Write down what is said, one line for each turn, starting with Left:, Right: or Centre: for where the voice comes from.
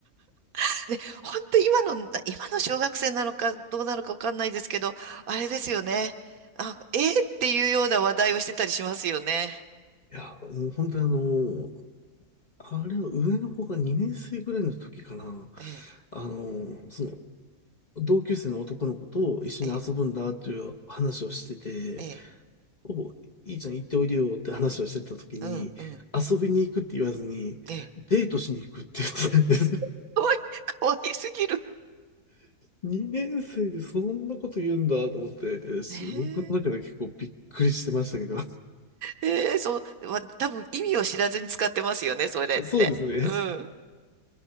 Right: <laughs> で、本当今の、今の小学生なのかどうなのかわかんないですけど、あれですよね。あ、えーっていうような話題をしてたりしますよね。
Left: いや、もう本当にあの、あれは上の子が2年生ぐらいの時かな、
Right: ええ、
Left: あの、その同級生の男の子と一緒に遊ぶんだっていう話をしてて、
Right: ええ、ええ、
Left: お、いいちゃん行っておいでよって話をしてた時に、
Right: うん、うん、
Left: 遊びに行くって言わずに、
Right: ええ。
Left: デートしに行くって言ってたんです。
Right: <laughs> かわいい、かわいすぎる。
Left: 2年生でそんなこと言うんだと思って、えーし僕の中で結構びっくりしてましたけど。
Right: ねえええそう、ま、多分意味を知らずに使ってますよね、それって。
Left: <laughs> そうですね。
Right: うん。